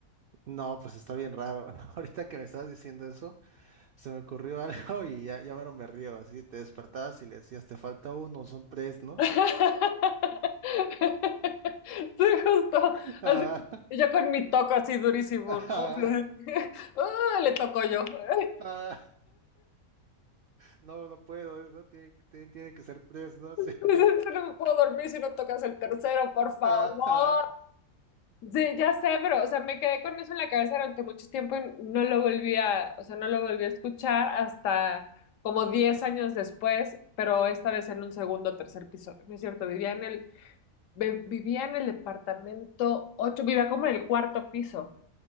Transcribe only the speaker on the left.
<laughs> Sí, justo.
Así, yo con mi toco así durísimo,
¿no?
Así de, <laughs> ¡ah! le toco yo. <laughs>
Dices,
"Yo no me puedo dormir si no tocas el tercero, por favor.
Sí, ya sé, pero, o sea, me quedé con eso en la cabeza durante mucho tiempo y no lo volví a, o sea, no lo volví a escuchar hasta como 10 años después, pero esta vez en un segundo o tercer piso. No es cierto, vivía en el, ve- vivía en el departamento 8, vivía como en el cuarto piso.